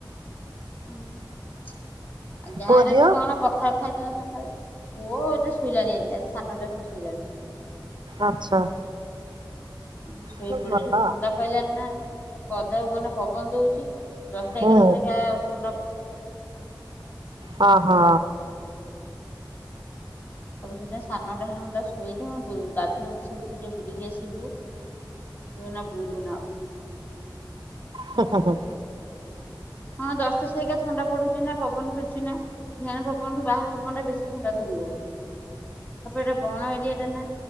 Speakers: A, on the left; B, on the right.
A: ଆଉ ଗାଁରେ
B: ପୁଅ ଝିଅ
A: କଣ ପ ଖାଳ ଖାଇଦିଅନ୍ତି ସକ। ଳୁ। ପୁଅ ଏଟି ଶୁଇଲାଣି ଆଜି, ଆଜି ସା ନଅଟାରେ ସେ ଶୁଇଲାଣି।
B: ଆଚ୍ଛା।
A: ମୁଁ ଶୋଇପଡେ
B: ସବୁ ଭଲ
A: ଏଠି ଥଣ୍ଡା ପଇଲାନି ନା, ଏ ପଦାକୁ ଗନେ ପବନ ଦଉଛି। ଦଶଟା
B: ହୁଁ
A: ଏଗାରଟା ସରିକା ଥଣ୍ଡା ପଡୁଛି।
B: ହଁ, ହଁ।
A: ତୋମେ ସେଇଥିପାଇଁ ସା ନଅଟା ହେନେ ମୁଁ ଯାଇ ଶୋଇ ଯା ଵୋଉ ଗାଧୁଆ <inaudible> ସେ ଉଠିଲେ ବୁଲିକି ଆସିବୁ। ତୁ ଏଇନା ବୁଲନା ଆଉ।
B: ହଁ, ହଁ, ହଁ।
A: ହଁ ଦଶଟା ସେଇକା ଥଣ୍ଡା ପଡୁଚି ନା, ପବନ ଫେରୁଚିନା <unintelligible> ପବନଠୁ ବାହାର ପବ ଥଣ୍ଡା, ବେଶୀ ଥଣ୍ଡା ଧରିବ। ତାପରେ ଏଟା ବଣ ଏରିଆ ଟାନା,